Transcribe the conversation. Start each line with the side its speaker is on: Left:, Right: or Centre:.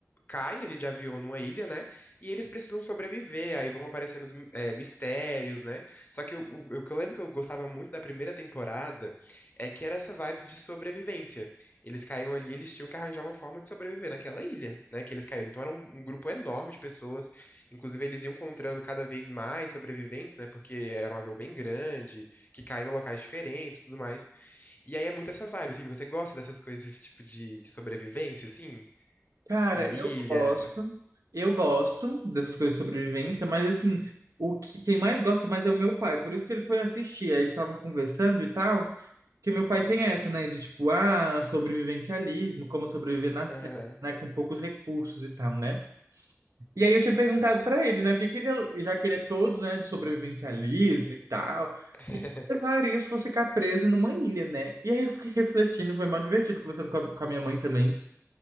Left: caem ali de avião numa ilha, né? E eles precisam sobreviver, aí vão aparecendo os é, mistérios, né? Só que o, o- o que eu lembro que eu gostava muito da primeira temporada é que era essa vibe de sobrevivência. Eles caíam ali, eles tinham que arranjar uma forma de sobreviver naquela ilha, né? Que eles caíram. Então era um, um grupo enorme de pessoas, inclusive eles iam encontrando cada vez mais sobreviventes, né? Porque era um avião bem grande, que caía em locais diferentes e tudo mais. E aí é muito essa vibe, assim, você gosta dessas coisas, esse tipo de, de sobrevivência, assim?
Right: Cara,
Left: Em ilha,
Right: eu gosto,
Left: essa...
Right: eu gosto dessas coisas de sobrevivência, mas assim, o que, quem mais gosta mais é o meu pai, por isso que ele foi assistir, aí eles estavam conversando e tal, porque meu pai tem essa, né, de tipo, ah, sobrevivencialismo, como sobreviver na selva,
Left: Aham.
Right: né, com poucos recursos e tal, né? E aí eu tinha perguntado pra ele, né, o que que ele, já que ele é todo, né, de sobrevivencialismo e tal, o
Left: <laughs>
Right: que que ele faria se fosse ficar preso numa ilha, né? E aí eu fiquei <laughs> refletindo, foi mó divertido conversando com a, com a minha mãe também.